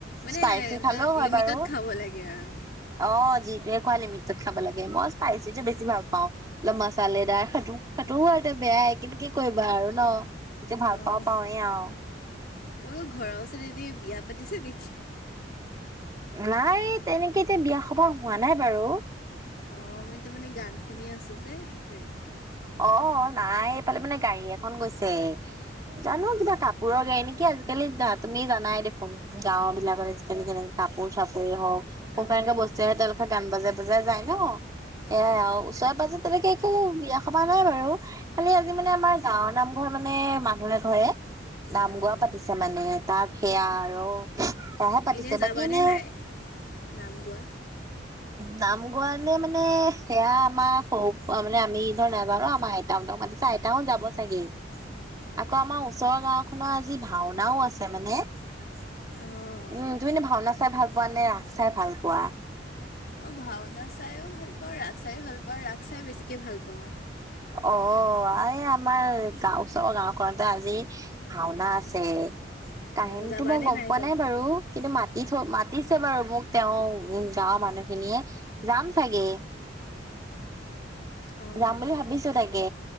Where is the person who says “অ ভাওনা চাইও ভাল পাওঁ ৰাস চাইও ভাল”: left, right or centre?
Left